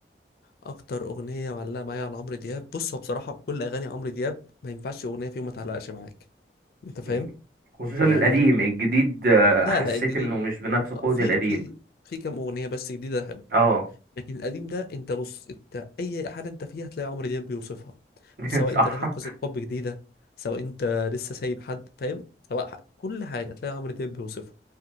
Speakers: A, on the left; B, on the right.
A: أكتر أغنية معلقة معايا على عمرو دياب بص هو بصراحة كل أغاني عمرو دياب ما ينفعش أغنية فيهم ما تعلقش معاك أنت فاهم
B: مم. خصوصا القديم
A: يعني
B: الجديد آه،
A: لا
B: حسيت
A: لا الجديد
B: انه مش بنفس قوة
A: آه، في
B: القديم
A: في في كام اغنيه بس جديده حلو
B: اه
A: لكن القديم ده انت بص انت اي حاجه انت فيها هتلاقي عمرو دياب بيوصفها
B: <laughs>
A: سواء
B: صح
A: انت داخل قصه حب جديده سواء انت لسه سايب حد فاهم سواء ح... كل حاجه هتلاقي عمرو دياب بيوصفها